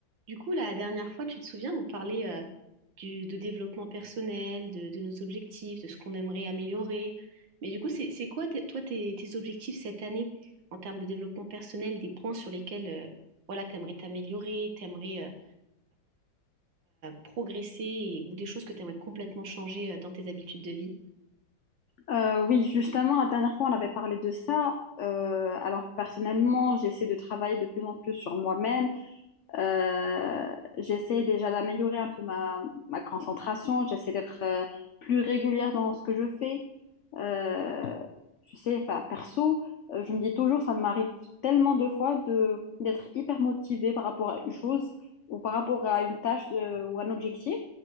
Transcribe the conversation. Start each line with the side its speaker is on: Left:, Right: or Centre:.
Right: Du coup, la dernière fois, tu te souviens, on parlait euh, du, de développement personnel, de, de nos objectifs, de ce qu'on aimerait améliorer. Mais du coup, c'est, c'est quoi, tes- toi, tes, tes objectifs cette année en termes de développement personnel, des points sur lesquels euh, voilà, tu aimerais t'améliorer, tu aimerais progresser et- ou des choses que tu aimerais complètement changer euh, dans tes habitudes de vie?
Left: Euh, oui, justement, la dernière fois, on avait parlé de ça. Euh, alors, personnellement, j'essaie de travailler de plus en plus sur moi-même. Euh, j'essaie déjà d'améliorer un peu ma, ma concentration, j'essaie d'être euh, plus régulière dans ce que je fais. Euh, je sais, enfin, perso, euh, je me dis toujours, ça m'arrive tellement de fois de, d'être hyper motivée par rapport à une chose ou par rapport à une tâche euh, ou un objectif.